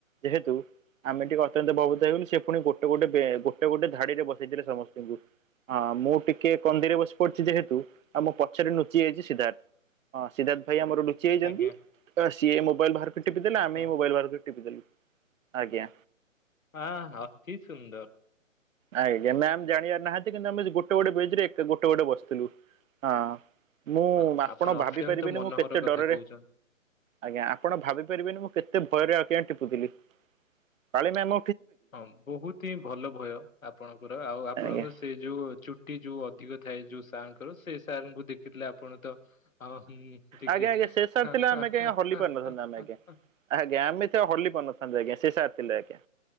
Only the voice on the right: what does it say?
ଯେହେତୁ ଆମେ ଟିକେ ଅତ୍ୟନ୍ତ ବହୁତ ହେଇଗଲୁ ସେ ପୁଣି ଗୋଟେ ଗୋଟେ ଗୋଟେ ଗୋଟେ ଧାଡିରେ ବସେଇଥିଲେ ସମସ୍ତଙ୍କୁ ମୁଁ ଟିକେ କନ୍ଦିରେ ବସି ପଡିଛି। ଯେହେତୁ ଆମ ପଛରେ ନୁଚି ଯାଇଛି ସିଦ୍ଧାର୍ଥ ସିଦ୍ଧାର୍ଥ ଭାଇ ଆମର ଲୁଚି ଚିଯାଇଛନ୍ତି
ସିଏ ମୋବାଇଲ ବାହାରକୁ ଟିପି ଦେଲେ ତ ଆମେ
ବି ମୋବାଇଲ ବାହାର କରିକି ଟିପି ଦେଲୁ। ଆଜ୍ଞା।
ଆଜ୍ଞା ମ୍ୟାମ ଜାଣିବାର ନାହାନ୍ତି କିନ୍ତୁ ଆମେ ଗୋଟେ ଗୋଟେ ବେଞ୍ଚ ରେ ଏକା ଗୋଟେ ଗୋଟେ ବସିଥିଲୁ। ହଁ ମୁଁ
ଆପଣ ଭାବି
ପାରିବେିନି
ମୁଁ କେତେ
ଡରରେ
ଆଜ୍ଞା ଆପଣ ଭାବି ପାରିବେନି ମୁଁ କେତେ ଭୟରେ ଆଜ୍ଞା ଟିପୁଥିଲି କାଳେ ମ୍ୟାମ
ଆଜ୍ଞା।
ଆଜ୍ଞା ଆଜ୍ଞା
ସେ ସାର୍ ଥିଲେ ଆମେ କାଇଁ ହଲି ପାରିନଥାନ୍ତୁ ଆମେ ଆଜ୍ଞା। ଆଜ୍ଞା ଆମେ ତ ହଲି ପାରିନଥାନ୍ତୁ ଆଜ୍ଞା ସେ ସାର୍ ଥିଲେ ଆଜ୍ଞା